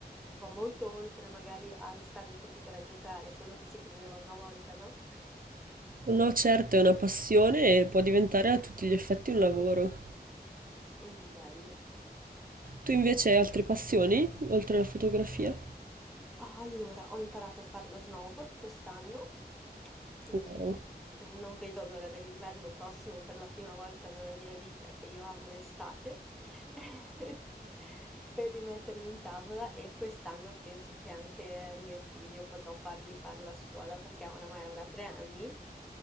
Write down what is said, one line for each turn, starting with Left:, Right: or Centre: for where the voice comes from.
Centre: va molto oltre magari al stare il computer a giocare, quello che si credeva una volta, no?
Right: No, certo, è una passione e può diventare a tutti gli effetti un lavoro.
Centre: Mm, bello.
Right: Tu invece hai altre passioni, oltre alla fotografia?
Centre: Allora, ho imparato a fare lo snowboard quest'anno, quindi
Right: Wow.
Centre: non vedo l'ora dell'inverno prossimo per la prima volta nella mia vita che io amo l'estate, <laughs> per rimettermi in tavola e quest'anno penso che anche mio figlio potrò fargli fare la scuola perché oramai avrà tre anni